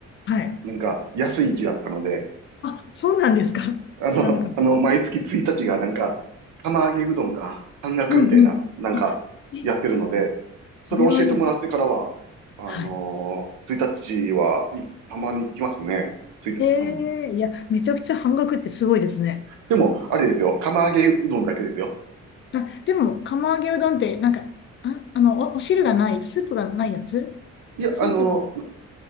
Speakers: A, on the left; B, on the right.
A: はい
B: なんか、安い日だったので、
A: あ、そうなんですか <laughs>
B: あの、
A: 知らなかっ
B: あの、毎月1日がなんか、釜揚げうどんが半額みたいな、
A: た。うんうん。
B: なんか、
A: あ、え
B: やってるので、それを教えてもらってからは、
A: これはいい。
B: あのー、
A: はい。
B: 1日は、いたまに来ますね。ついた、
A: ええいや、
B: うん。
A: めちゃくちゃ半額ってすごいですね。
B: でも、あれですよ。釜揚げうどんだけですよ。
A: あ、でも、釜揚げうどんって、なんか、あ、あの、お、お汁がない、スープがないやつ
B: いや、
A: スープ、
B: あのー、